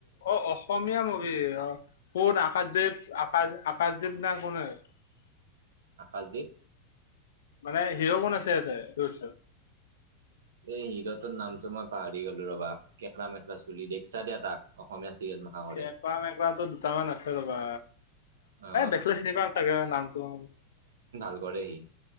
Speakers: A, on the left; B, on the right.
A: অ' অসমীয়া মুভি অ' কোন আকাশদ্বীপ আকাশ আকাশদ্বীপ না কোনে।
B: আকাশদ্বীপ
A: মানে হিৰ' কোন আছ <unintelligible>
B: এই হিৰ' টোৰ নামটো মই পাহৰি গ'লো ৰ'বা কেকৰা মেকৰা চুলি দেখছা দিয়া তাক, অসমীয়া চিৰিয়েল মাখা কৰে
A: কেক্ৰা মেক্ৰাটো দুটামান আছে ৰ'বা।
B: অ
A: দেখিলে চিনি পাম চাগে নামটো।
B: <unintelligible> কৰেহি।